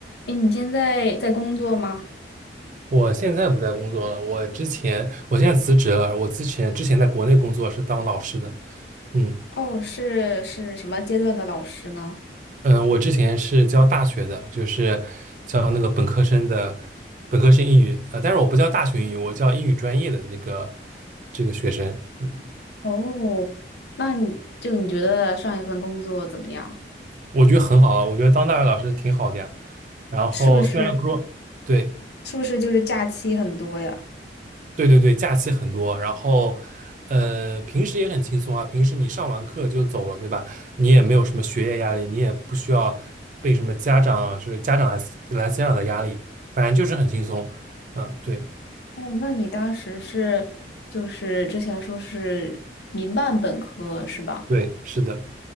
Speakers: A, on the left (about 70°); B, on the right (about 45°).
A: 哎，你现在在工作吗？
B: 我现在不在工作了，我之前我现在辞职了。我之前之前在国内工作是当老师的，嗯
A: 哦，是是什么阶段的老师呢？
B: 嗯，我之前是教大学的，就是教那个本科生的本科生英语，呃，但是我不教大学英语，我教英语专业的那个这个学生，嗯，
A: 哦，那你就你觉得上一份工作怎么样？
B: 我觉得很好啊，我觉得当大学老师挺好的呀。然后虽然说对，
A: 是不是是不是就是假期很多呀？
B: 对对对，假期很多，然后呃，平时也很轻松啊。平时你上完课就走了，对吧？你也没有什么学业压力，你也不需要被什么家长就是家长来思来思想的压力，反正就是很轻松。嗯，对
A: 哦，那你当时是就是之前说是民办本科是吧？
B: 对，是的。